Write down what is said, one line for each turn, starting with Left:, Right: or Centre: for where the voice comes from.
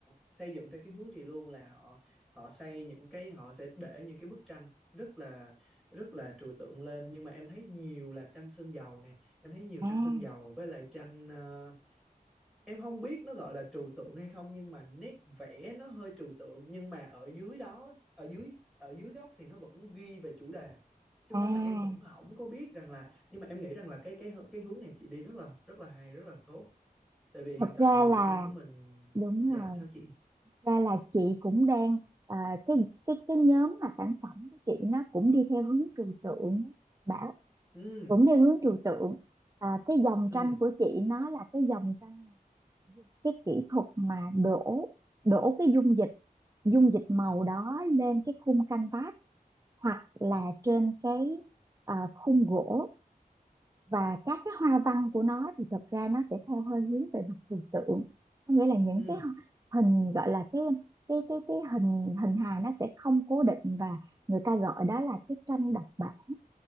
Centre: xây dựng theo cái hướng gì luôn là họ họ xây những cái họ sẽ để những cái bức tranh rất là rất là trừu tượng lên nhưng mà em thấy nhiều là tranh sơn dầu nè em thấy nhiều
Right: à
Centre: tranh sơn dầu với lại tranh ờ, em không biết nó gọi là trừu tượng hay không nhưng mà nét vẽ nó hơi trừu tượng nhưng mà ở dưới đó ở dưới ở dưới góc thì nó vẫn ghi về chủ đề cho
Right: à.
Centre: nên là em vẫn không có biết rằng là nhưng mà em nghĩ rằng là cái cái cái hướng này chị đi rất là rất là hay rất là tốt tại vì hiện
Right: thật
Centre: tại
Right: ra
Centre: người
Right: là
Centre: Việt Nam của mình
Right: đúng
Centre: dạ
Right: rồi
Centre: sao chị
Right: ra là chị cũng đang à, cái cái cái nhóm mà sản phẩm của chị nó cũng đi theo hướng trừu tượng bảo
Centre: ừ
Right: cũng theo hướng trừu tượng à, cái dòng
Centre: ừ
Right: tranh của chị nó là cái dòng tranh cái kỹ thuật mà đổ đổ cái dung dịch dung dịch màu đó lên cái khung canvas hoặc là trên cái à, khung gỗ và các cái hoa văn của nó thì thật ra nó sẽ theo hơi hướng về mặt trừu tượng có nghĩa là những
Centre: ừ
Right: cái hình gọi là cái cái cái cái hình hình hài nó sẽ không cố định và người ta gọi đó là cái tranh độc bản